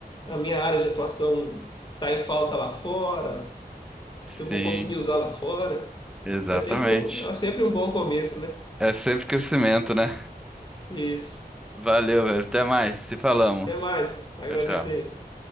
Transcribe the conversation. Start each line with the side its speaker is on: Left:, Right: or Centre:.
Left: a minha área de atuação está em falta lá fora? Eu
Centre: Sim,
Left: vou conseguir usar lá fora?
Centre: exatamente.
Left: É sempre um, é sempre um bom começo, né?
Centre: É sempre crescimento, né?
Left: Isso.
Centre: Valeu, velho. Até mais. Se falamos.
Left: Até mais. Agradeço
Centre: Tchau, tchau.
Left: aí.